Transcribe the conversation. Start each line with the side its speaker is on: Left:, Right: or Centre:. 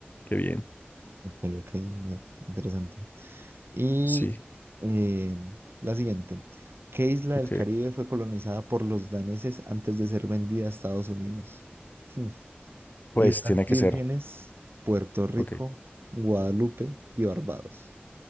Left: qué bien.
Right: ok, ok. no, Interesante. Y
Left: Sí,
Right: eh, la siguiente. ¿Qué isla
Left: ok.
Right: del Caribe fue colonizada por los daneses antes de ser vendida a Estados Unidos? Hmm, Islas
Left: Pues tiene
Right: Vírgenes,
Left: que ser,
Right: Puerto Rico,
Left: ok,
Right: Guadalupe y Barbados.